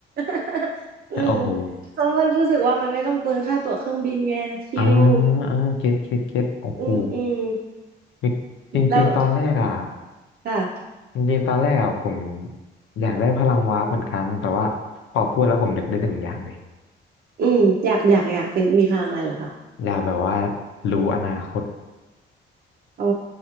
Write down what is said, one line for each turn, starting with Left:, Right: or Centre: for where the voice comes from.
Right: <laughs> อืม
Left: โอ้โห
Right: เพราะว่ารู้สึกว่ามันไม่ต้องเปลืองค่าตั๋วเครื่องบินไงชิล
Left: อ่าอ่าเก็ตเก็ตเก็ตโอ้โห
Right: อืมอืม
Left: นี่จริงๆตอนแรกอะ
Right: แล้วค่ะ
Left: จริงๆตอนแรกอะผมอยากได้พลังวาร์ปเหมือนกันแต่ว่าพอพูดแล้วผมนึกได้หนึ่งอย่างเลย
Right: อืมอยากอยากอยากเป็นมีพลังอะไรเหรอคะ
Left: อยากแบบว่ารู้อนาคต
Right: อ๋อ